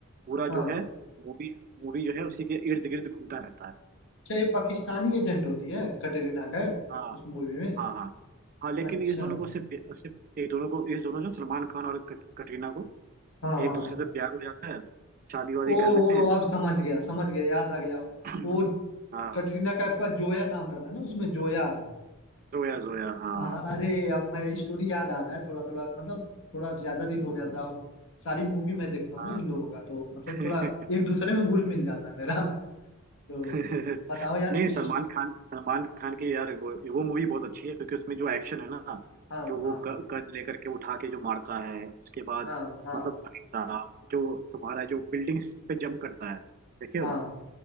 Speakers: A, on the right; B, on the left.
A: पूरा
B: हाँ
A: जो है मूवी मूवी जो है उसी के इर्द गिर्द घूमता रहता है
B: अच्छा ये पाकिस्तानी एजेंट होती है कटरीना कैफ
A: हाँ
B: उस मूवी में
A: हाँ हाँ हाँ लेकिन
B: अच्छा
A: इस दोनों को सिर्फ सिर्फ एक दोनों को इस दोनों जो सलमान खान और कट, कटरीना को
B: हाँ
A: एक
B: हाँ
A: दूसरे से प्यार हो जाता है शादी वादी
B: ओ
A: कर लेते
B: ओ
A: हैं
B: अब समझ गया समझ गया याद आ गया
A: <clears throat>
B: वो
A: हाँ
B: कटरीना कैफ का जोया नाम रहता है ना उसमें जोया है
A: जोया जोया हाँ
B: अ- अरे अब मैं स्टोरी याद आ रहा है थोड़ा थोड़ा मतलब थोड़ा ज्यादा दिन हो गया था और सारी मूवी मैं देखता हूँ
A: हाँ
B: ना इन लोगों का तो मतलब
A: <laughs>
B: थोड़ा एक दूसरे में घुल मिल जाता है मेरा तो
A: <laughs>
B: बताओ यार
A: नहीं
B: कुछ
A: सलमान
B: इस...
A: खान सलमान खान की यार वो वो मूवी बहुत अच्छी है क्योंकि उसमें जो एक्शन है ना
B: हाँ
A: जो वो
B: हाँ
A: गन लेकर के उठा के जो मारता है उसके बाद
B: हाँ हाँ
A: मतलब भाई साहब जो तुम्हारा जो बिल्डिंग्स पे जंप करता है देखे हो
B: हाँ